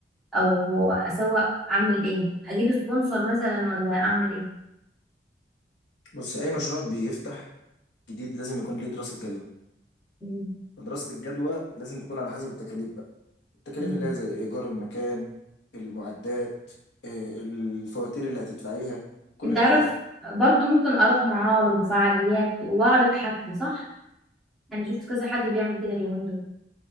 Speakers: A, in the centre; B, on the left.
A: أو أسوق أعمل إيه أجيب سبونسر مثلا ولا أعمل إيه
B: بص اي مشروع بيفتح جديد لازم يكون ليه دراسه جدوى
A: مم.
B: دراسه الجدوى لازم تكون على حسب التكاليف بقى التكاليف
A: مم.
B: اللي هي زي ايجار المكان المعدات آه، الفواتير اللي هتدفعيها كل
A: أنت
B: الحاجات
A: عارف
B: دي
A: برضو ممكن أروح معارض وفعاليات وأعرض حاجتي صح انا شفت كذا حد بيعمل كده اليومين دول